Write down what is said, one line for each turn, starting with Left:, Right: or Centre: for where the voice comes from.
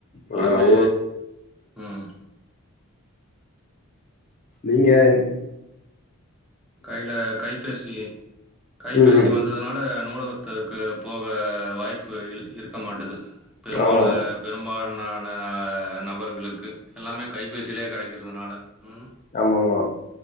Left: ஆ
Centre: எல்லாமே
Left: அவ்ளோ
Centre: ம்
Left: நீங்கன்
Centre: கைல கைபேசி கைபேசி
Left: ம் ம்
Centre: வந்ததுனால நூலகத்துக்கு போக வாய்ப்பு இரு இருக்க மாட்டது பெரும்பால
Left: ஆமா
Centre: பெரும்பாலான ந நபர்களுக்கு எல்லாமே கைபேசிலேயே கெடைக்குது அதனால ம்
Left: ஆமாமா